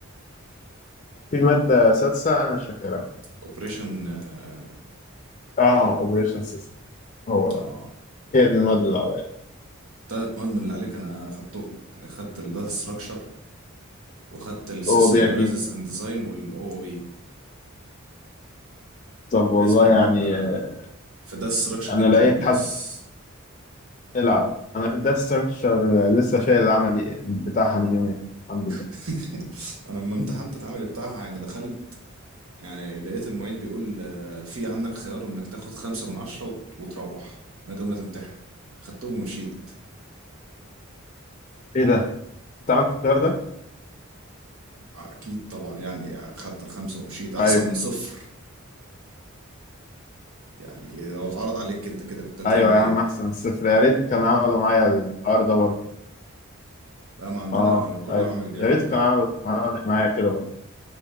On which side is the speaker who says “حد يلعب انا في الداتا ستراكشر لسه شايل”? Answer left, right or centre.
Left